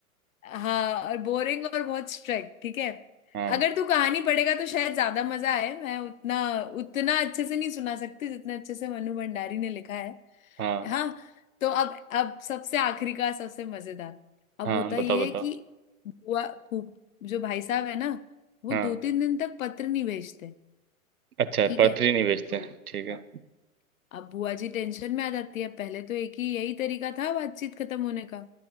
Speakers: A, on the left; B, on the right.
A: हाँ और बोरिंग और बहुत स्ट्रिक्ट ठीक है
B: हाँ
A: अगर तू कहानी पढ़ेगा तो शायद ज्यादा मजा आए मैं उतना उतना अच्छे से नहीं सुना सकती जितना अच्छे से मनु भंडारी ने लिखा है
B: हाँ
A: हाँ तो अब अब सबसे आखिरी का सबसे मजेदार अब
B: हाँ
A: होता
B: बताओ
A: ये
B: बताओ
A: है कि बुआ फूफ जो भाई साहब है ना वो
B: हाँ
A: दो तीन दिन तक पत्र नहीं भेजते
B: अच्छा
A: ठीक
B: पथरी
A: है
B: नहीं बेचते
A: तो
B: ठीक है
A: अब अब बुआ जी टेंशन में आ जाती है पहले तो एक ही यही तरीका था बातचीत खत्म होने का